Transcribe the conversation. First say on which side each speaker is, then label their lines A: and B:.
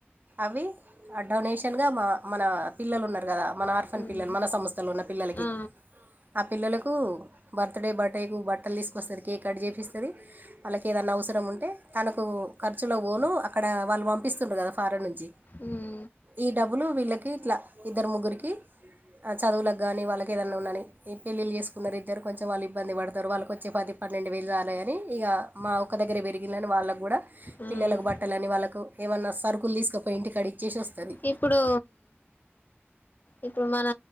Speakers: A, on the right; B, on the left.
A: అవి ఆ డొనేషన్ గా మ మన పిల్లలు ఉన్నారు. కదా, మన ఆర్ఫన్
B: హ్మ్
A: పిల్లలు మన సంస్థలో ఉన్న పిల్లలకి
B: ఆ
A: ఆ పిల్లలకు కు బర్త్ డే బర్త్ డే కు బట్టలు తీసుకొస్తది, కేక్ కట్ చేపిస్తది. వాళ్ళకి ఏదన్నా అవసరం ఉంటే తనకు ఖర్చులకి పోను అక్కడ వాళ్ళు పంపిస్తుండారు కదా ఫారెన్ నుంచి
B: ఉమ్
A: ఈ డబ్బులు వీళ్ళకి ఇట్లా, ఇద్దరు ముగ్గురికి ఆ చదువులకు కానీ వాళ్ళకి ఏదన్నా ఉన్నాని ఈ పెళ్ళిళ్ళు చేసుకుని ఉన్నది ఇద్దరు కొంచెం వాళ్ళు ఇబ్బంది పడతారు వాళ్ళకి వచ్చే పది పన్నెండు వేలు చాల్లే అని ఇక మా ఒక్కదగ్గరే పెరిగిండ్రని వాళ్ళకు కూడా
B: హ్మ్
A: పిల్లలకు బట్టలని వాళ్ళకు ఏమన్నా సరుకులు తీసుకపోయి ఇంటికాడ ఇచ్చేసి వస్తది.
B: ఇప్పుడు ఇప్పుడు మన